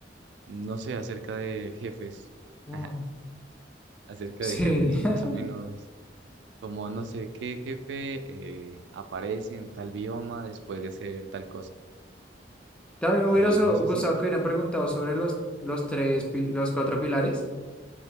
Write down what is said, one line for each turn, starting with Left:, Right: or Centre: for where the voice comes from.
Right: no sé, acerca de jefes.
Centre: Wow.
Right: <laughs> Acerca
Centre: Sí.
Right: de jefes, más
Centre: <laughs>
Right: o menos. Como no sé qué jefe eh, aparece en tal bioma después de hacer tal cosa.
Centre: También me
Right: Y
Centre: hubiera so-
Right: no sé
Centre: gustado
Right: si.
Centre: que hubieran preguntado sobre los, los tres, pi- los cuatro pilares